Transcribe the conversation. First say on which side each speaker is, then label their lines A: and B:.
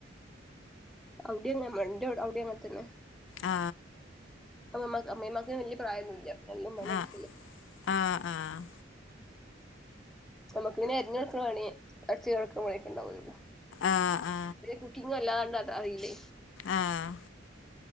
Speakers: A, in the centre; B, on the left (about 85°).
A: അവിടെ എങ്ങ മണ്ടേ അവി അവിടെ അങ്ങനത്തന്നെ.
B: അ്ഹ
A: അമ്മമയ്ക്ക് അമ്മേമായ്ക്ക് വല്യ പ്രായമൊന്നുമില്ല എൻ്റെ ഉമ്മാൻ്റെ അടുക്കല്
B: ആഹ് ആഹ് ആഹ്
A: നമുക്ക് ഇങ്ങനെ അരിഞ്ഞടുക്കേണെ പണി അടിച്ചിവാരി തൊടക്നെ പണി ഒക്കെ ഉണ്ടാവല്ല
B: ആഹ് ആഹ്
A: പിന്നെ കുക്കിങ് അല്ലാണ്ട് അത് അറിയില്ലേ.
B: ആഹ്